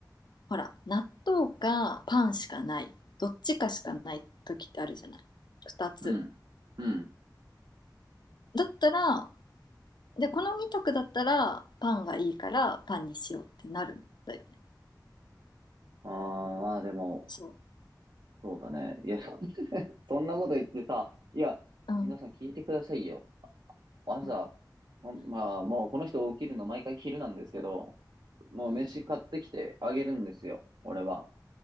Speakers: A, on the left (about 80°); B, on the right (about 75°).
A: ほら、納豆かパンしかない、どっちかしかない時ってあるじゃない。2つ。
B: うん。うん。
A: だったら、で、この2択だったら、パンがいいからパンにしようってなるんだよね。
B: ああ、まあでも、
A: そう。
B: そうだね。いや、そそんなこと言ってさ、いや、
A: うん。
B: 皆さん聞いてくださいよ。朝、
A: うん。
B: ほんまあもうこの人起きるの毎回昼なんですけど、もう飯買ってきてあげるんですよ、俺は。